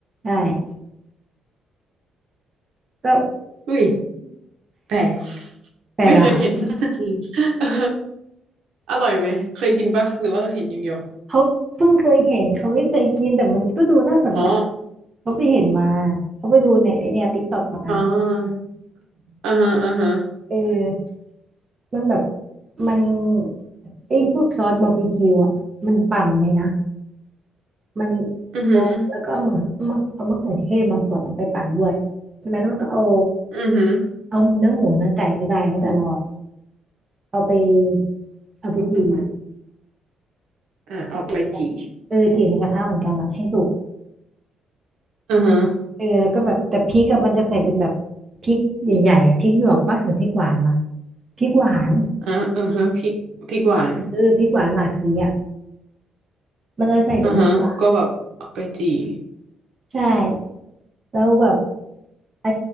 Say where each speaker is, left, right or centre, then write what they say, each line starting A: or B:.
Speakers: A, on the right (about 35°); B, on the right (about 75°).
A: ได้ก็
B: อุ้ยแปลก
A: แปลกอ่ะ
B: ไม่เคยเห็นอืมเอออร่อยไหมเคยกินปะหรือว่าเห็นอย่างเดียว
A: เขาเพิ่งเคยเห็นเขาไม่เคยกินแต่มันก็ดูน่าสนใจ
B: อ๋อ
A: เขาไปเห็นมาเขาไปดูในไอเนี่ยติ๊กต็อกมา
B: อ่าอ่าฮะอ่าฮะ
A: เออมันแบบมันไอ้พวกซอสบาร์บีคิวอ่ะมันปั่นเลยนะ มัน
B: อือหือ
A: เอาแล้วก็เอามะเอามะเอามะเขือเทศบางส่วนเอาไปปั่นด้วยใช่ไหมแล้วมันก็เอา
B: อือหือ
A: เอาเนื้อหมูเนื้อไก่ก็ได้แล้วแต่เราอะเอาไปเอาไปจี่
B: อือหืออ่าเอาไปจี่
A: จี่เออจี่ในกระทะเหมือนกันอะให้สุก
B: อือฮะ
A: เออแล้วก็แบบแต่พริกอะมันจะใส่เป็นแบบพริกใหญ่ๆอะพริกหยวกปะหรือพริกหวานวะพริกหวาน
B: อ่าอือฮะพริกพริกหวาน
A: เออพริกหวานหลากสีอะมันจะใส่เป็นพริกหวาน
B: อือฮะก็แบบเอาไปจี่
A: ใช่แล้วแบบไอ